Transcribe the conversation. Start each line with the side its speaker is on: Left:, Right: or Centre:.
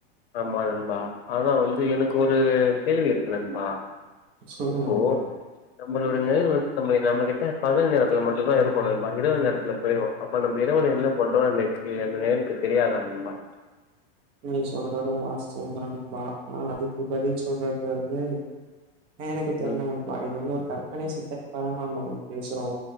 Left: ஆமா நண்பா. ஆனா வந்து எனக்கு ஒரு கேள்வி இருக்கு நண்பா.
Right: சொல்லு
Left: இப்போ
Right: நண்பா
Left: நம்மளோட நெழல் வந் து நம்ம நம்ம கிட்ட பகல் நேரத்துல மட்டும்தா இருக்கு நண்பா இரவு நேரத்துல போயிரு அப்ப நம்ப இரவுல என்ன பண்றோ அந்த எக்ஸ்பீரியன் அந்த நிழலுக்கு தெரியாதா நண்பா
Right: நீ சொல்றது வாஸ்தவம்தா நண்பா. ஆனா அதுக்கு பதில் சொல்றது வந்து எனக்கு தெர்ல
Left: ம்.
Right: நண்பா இது வந்து ஒரு கற் பனை <unintelligible> க்காகதா நாம நம் பேசுறோ